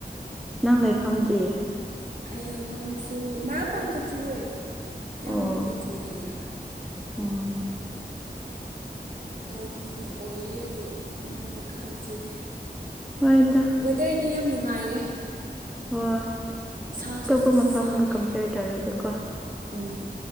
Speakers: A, in the centre; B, on the right (about 50°).
A: ꯅꯪ ꯂꯩꯐꯝꯗꯤ
B: ꯑꯩ ꯂꯩꯐꯝꯁꯨ ꯃꯔꯛ ꯃꯔꯛꯇ ꯆꯨꯑꯦ ꯌꯥꯝꯅꯗꯤ
A: ꯑꯣ
B: ꯆꯨꯗꯦꯗ
A: ꯎꯝ
B: ꯂꯧꯗꯨꯗꯤ ꯑꯣꯏꯌꯦ ꯑꯗꯣ ꯅꯣꯡꯗꯤ ꯀꯟꯅ ꯆꯨꯗꯦ
A: ꯍꯣꯏꯗ
B: ꯋꯦꯗꯔꯗꯤ ꯌꯥꯝ ꯅꯨꯡꯉꯥꯏꯔꯦ
A: <unintelligible>
B: ꯁꯥꯁꯨ
A: ꯑꯇꯣꯞꯄ ꯃꯐꯝꯒ
B: ꯁꯥꯗꯦ
A: ꯀꯝꯄꯦꯌꯔ ꯇꯧꯔꯒ ꯀꯣ
B: ꯎꯝ